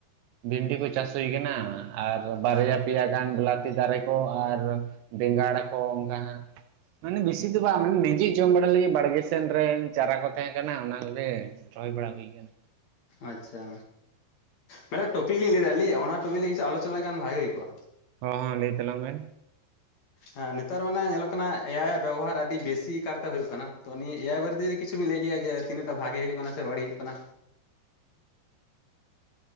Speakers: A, on the right; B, on the left.
A: ᱵᱷᱤᱱᱰᱤ ᱠᱚ ᱪᱟᱥ ᱦᱩᱭ ᱠᱟᱱᱟ ᱟᱨ ᱵᱟᱨᱭᱟ ᱯᱮᱭᱟ ᱜᱟᱱ ᱵᱤᱞᱟᱹᱛᱤ ᱫᱟᱨᱮ ᱠᱚ ᱟᱨ ᱵᱮᱸᱜᱟᱲ ᱠᱚ, ᱚᱱᱠᱟ ᱦᱟᱜ ᱢᱟᱱᱮ ᱵᱮᱥᱤ ᱫᱚ ᱵᱟᱝ ᱢᱟᱱᱮ ᱱᱤᱡᱮ ᱡᱚᱢ ᱵᱟᱲᱟ ᱞᱟᱜᱤ ᱵᱟᱲᱜᱮ ᱥᱮᱱ ᱨᱮᱱ ᱪᱟᱨᱟ ᱠᱚ ᱛᱮᱦᱮᱸ ᱠᱟᱱᱟ᱾ ᱚᱱᱟ ᱠᱚᱜᱮ ᱨᱚᱦᱚᱭ ᱵᱟᱲᱟ ᱦᱩᱭ ᱠᱟᱱᱟ᱾
B: ᱟᱪᱪᱷᱟ, ᱢᱟᱱᱮ ᱴᱚᱯᱤᱠ ᱞᱤᱧ ᱞᱟᱹᱭ ᱮᱫᱟ ᱟᱹᱞᱤ ᱚᱱᱟ ᱴᱚᱯᱤᱠ ᱞᱟᱹᱜᱤᱫ ᱥᱮ ᱟᱞᱳᱪᱚᱱᱟ ᱞᱮᱱᱠᱷᱟᱱ ᱵᱷᱟᱹᱜᱤ ᱦᱩᱭ ᱠᱚᱜᱼᱟ?
A: ᱦᱚᱸ ᱦᱚᱸ ᱞᱟᱹᱭ ᱛᱟᱞᱟᱝ ᱢᱮᱱ
B: ᱦᱮᱸ ᱱᱮᱛᱟᱨ ᱢᱟᱱᱮ ᱧᱮᱞᱚᱜ ᱠᱟᱱᱟ ᱮᱟᱭᱭᱟᱜ ᱵᱮᱵᱚᱦᱟᱨ ᱟᱹᱰᱤ ᱵᱮᱥᱤ ᱠᱟᱨᱛᱮ ᱦᱩᱭᱩᱜ ᱠᱟᱱᱟ ᱛᱚ, ᱱᱤᱭᱟᱹ ᱮ ᱟᱭ ᱵᱟᱹᱨᱛᱤ ᱠᱤᱪᱷᱩᱵᱤᱱ ᱞᱟᱹᱭ ᱜᱮᱭᱟ ᱡᱮ ᱛᱤᱱᱟᱹᱜ ᱴᱟ ᱵᱷᱟᱹᱜᱮ ᱦᱩᱭᱩᱜ ᱠᱟᱱᱟ ᱥᱮ ᱵᱟᱹᱲᱤᱡ ᱦᱩᱭᱩᱜ ᱠᱟᱱᱟ?